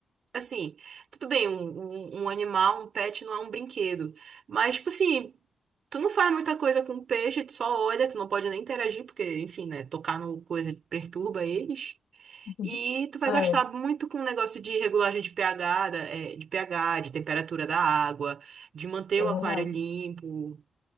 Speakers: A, on the right; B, on the left.
A: assim, tudo bem, um, um, um animal, um pet não é um brinquedo. Mas, tipo assim, tu não faz muita coisa com o peixe, tu só olha, tu não pode nem interagir, porque, enfim, né, tocar no coisa perturba eles.
B: <laughs>
A: E tu vai
B: É,
A: gastar muito com o negócio de regulagem de pH, da- é, de pH, de temperatura da água, de manter
B: é
A: o
B: verdade.
A: aquário limpo.